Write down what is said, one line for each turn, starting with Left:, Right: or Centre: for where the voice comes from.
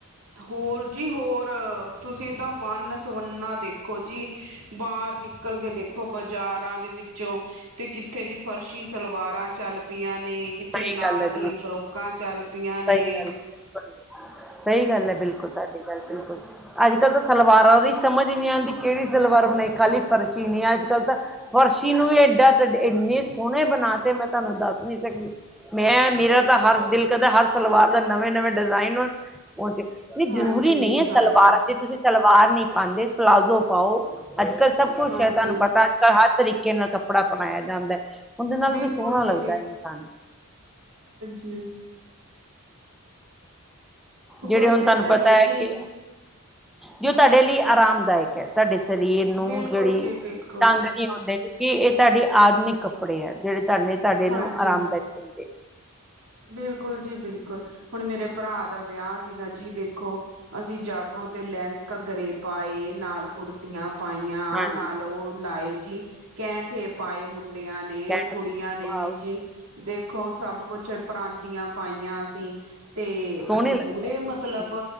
Right: ਹੋਰ ਜੀ ਹੋਰ, ਤੁਸੀਂ ਤਾਂ ਵੰਨ ਸਵੰਨਾ ਦੇਖੋ ਜੀ ਬਾਹਰ ਨਿਕਲ ਕੇ ਦੇਖ ਦੇਖੋ ਬਾਜ਼ਾਰਾਂ ਦੇ ਵਿੱਚੋਂ, ਤੇ ਕਿੱਥੇ ਜੀ ਫਰਸ਼ੀ ਸਲਵਾਰਾਂ ਚੱਲ ਪਈਆਂ ਨੇ ਕਿੱਥੇ
Centre: ਸਹੀ
Right: ਅਨਾਰਕਲੀ
Centre: ਗੱਲ ਹੈ ਜੀ
Right: ਫਰੋਕਾਂ ਚੱਲ ਪਈਆਂ ਨੇ
Centre: ਸਹੀ ਗੱਲ ਬਿਲਕੁਲ ਸਹੀ ਗੱਲ ਹੈ ਬਿਲਕੁਲ ਤੁਹਾਡੀ ਗੱਲ ਬਿਲਕੁਲ ਅੱਜ ਕੱਲ੍ਹ ਤਾਂ ਸਲਵਾਰਾਂ ਦੀ ਸਮਝ ਹੀ ਨਹੀਂ ਆਉਂਦੀ, ਕਿਹੜੀ ਸਲਵਾਰ ਬਣਾਈ ਖਾਲੀ ਫਰਚੀ ਨਹੀਂ ਆ ਅੱਜ ਚੱਲਦਾ, ਫਰਸ਼ੀ ਨੂੰ ਵੀ ਏਡਾ ਸਾਡੇ ਇੰਨੇ ਸੋਣੇ ਬਣਾ ਤੇ ਮੈਂ ਤੁਆਨੂੰ ਦੱਸ ਨੀ ਸਕਦੀ ਮੈਂ ਮੇਰਾ ਤਾਂ ਹਰ ਦਿਲ ਕਰਦਾ ਹਰ ਸਲਵਾਰ ਦਾ ਨਵੇਂ ਨਵੇਂ ਡਿਜ਼ਾਇਨ, ਪਹੁੰਚਿਆ ਨਹੀਂ
Right: ਹਾਂਜੀ
Centre: ਜ਼ਰੂਰੀ ਨਹੀਂ ਹੈ ਸਲਵਾਰ
Right: ਹਾਂਜੀ
Centre: ਜੇ ਤੁਸੀਂ ਸਲਵਾਰ ਨੀ ਪਾਉਂਦੇ, ਪਲਾਜ਼ੋ ਪਾਓ, ਅੱਜ- ਕੱਲ੍ਹ ਸਭ ਕੁਛ
Right: ਹਾਂਜੀ
Centre: ਹੈ ਤੁਹਾਨੂੰ ਪਤਾ ਤਾਂ, ਹਰ ਤਰੀਕੇ ਨਾਲ ਕੱਪੜਾ ਪਣਾਇਆ ਜਾਂਦਾ। ਉਹਦੇ ਨਾਲ
Right: ਬਿਲਕੁਲ
Centre: ਵੀ ਸੋਹਣਾ
Right: ਜੀ
Centre: ਲੱਗਦਾ ਹੈ ਇਨਸਾਨ।
Right: ਜੀ
Centre: ਜਿਹੜੇ
Right: ਬਸ
Centre: ਹੁਣ
Right: ਏਦਾਂ
Centre: ਤੁਹਾਨੂੰ ਪਤਾ
Right: ਹੀ
Centre: ਹੈ
Right: ਜੀ
Centre: ਕਿ ਜੋ ਤੁਹਾਡੇ ਲਈ ਆਰਾਮਦਾਇਕ ਹੈ। ਤੁਹਾਡੇ ਸਰੀਰ ਨੂੰ
Right: ਬਿਲਕੁਲ
Centre: ਜਿਹੜੀ,
Right: ਜੀ ਬਿਲਕੁਲ
Centre: ਤੰਗ ਨਹੀਂ ਹੁੰਦੇ ਕਿ ਇਹ ਤੁਹਾਡੇ ਆਧੁਨਿਕ ਕੱਪੜੇ ਆ, ਜਿਹੜੇ ਤੁਹਾਨੂੰ ਤੁਹਾਡੇ ਨੂੰ
Right: ਹਾਂਜੀ
Centre: ਆਰਾਮਦਾਇਕ ਦਿੰਦੇ।
Right: ਬਿਲਕੁਲ ਜੀ ਬਿਲਕੁਲ, ਹੁਣ ਮੇਰੇ ਭਰਾ ਦਾ ਵਿਆਹ ਸੀਗਾ ਜੀ, ਦੇਖੋ ਅਸੀਂ ਜਾਗੋ ਤੇ ਲੈਂਗ ਘੱਗਰੇ ਪਾਏ, ਨਾਲ ਕੁੜਤੀਆਂ ਪਾਈਆਂ।
Centre: ਹਾਂਜੀ
Right: ਨਾਲ ਉਹ ਲਾਏ ਜੀ ਕੈਂਟ ਗਿੱਧੇ ਪਾਏ ਮੁੰਡਿਆਂ ਨੇ,
Centre: ਕੈਂਠ
Right: ਕੁੜੀਆਂ ਨੇ
Centre: ਵਾਓ
Right: ਵੀਜੀ ਦੇਖੋ ਸਭ ਕੁਛ ਪਰਾਂਦੀਆਂ ਪਾਈਆਂ ਸੀਂ ਤੇ
Centre: ਸੋਹਣੇ
Right: ਅਸੀਂ,
Centre: ਲੱਗਦਾ
Right: ਪੂਰੇ
Centre: ਹੈ
Right: ਮਤਲਬ,
Centre: ਹਮ,